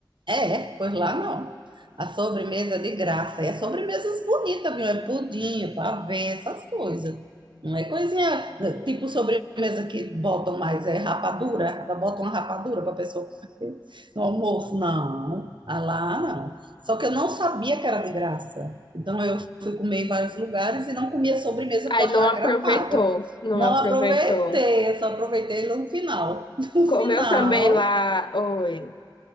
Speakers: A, on the right; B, on the left.
A: É, pois lá não. A sobremesa é de graça. E as sobremesas bonitas, viu? É pudim, é pavê, essas coisas. Não é coisinha, né, tipo sobremesa que botam mais, é rapadura, ainda botam uma rapadura para a pessoa comer no almoço. Não, Ah, lá não. Só que eu não sabia que era de graça. Então eu fui comer em vários lugares e não comia sobremesa
B: Aí
A: porque eu achava
B: não aproveitou,
A: que era paga.
B: não
A: Não
B: aproveitou.
A: aproveitei, eu só aproveitei no final. <laughs> No
B: Comeu
A: final.
B: também lá, oi.